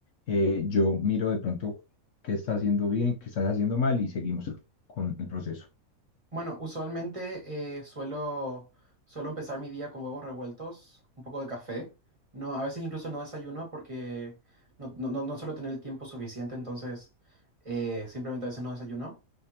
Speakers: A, on the left; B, on the right.
A: Eh, yo miro de pronto qué estás haciendo bien, qué estás haciendo mal y seguimos con el proceso.
B: Bueno, usualmente eh, suelo, suelo empezar mi día con huevos revueltos, un poco de café. No, a veces incluso no desayuno porque no, no, no- no suelo tener el tiempo suficiente, entonces eh, simplemente a veces no desayuno.